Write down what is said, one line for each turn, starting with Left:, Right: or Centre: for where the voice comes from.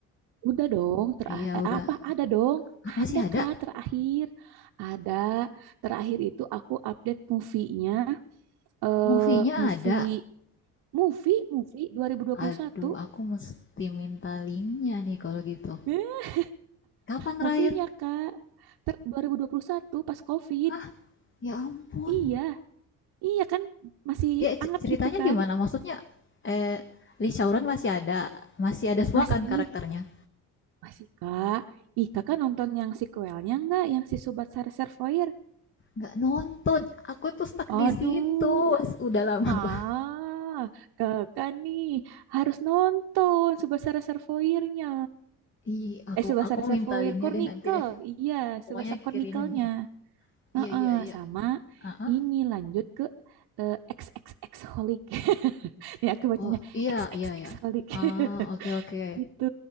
Right: Udah dong, terah
Left: Iya,
Right: eh,
Left: udah
Right: apa ada dong?
Left: Ah, masih
Right: Ada
Left: ada.
Right: Kak terakhir? Ada. Terakhir itu aku update movie-nya eh
Left: Movie-nya
Right: movie
Left: ada.
Right: movie movie 2021.
Left: Aduh, aku mesti minta linknya nih kalau gitu.
Right: Eh,
Left: Kapan
Right: Movie-nya
Left: terakhir?
Right: Kak. Ter 2021 pas COVID.
Left: Hah, ya ampun,
Right: Iya, iya kan masih
Left: Ya,
Right: anget
Left: ceritanya
Right: gitu kan?
Left: gimana? Maksudnya eh Lee Chowron masih ada, masih ada semua
Right: Masih,
Left: kan karakternya?
Right: masih Kak. Ih, Kakak nonton yang sequelnya nggak Yang si Sobat Sar Servoir?
Left: Nggak nonton, aku tuh stuck
Right: Aduh.
Left: di situ. Udah lama
Right: Ah,
Left: banget.
Right: kakak nih harus nonton Subasa Reservoirnya.
Left: Ih, aku
Right: Eh, Subasa
Left: aku
Right: Reservoir
Left: minta linknya
Right: Chronicle.
Left: deh nanti deh.
Right: Iya,
Left: Pokoknya
Right: Subasa Chronicle-nya.
Left: kirimin ya.
Right: Heeh,
Left: Iya iya iya.
Right: sama
Left: Ah, ah.
Right: ini lanjut ke eh, XXX Holic. <laughs> Nih aku bacanya
Left: Oh iya
Right: XXX
Left: iya iya.
Right: Holic. <laughs>
Left: Ah oke oke.
Right: Gitu,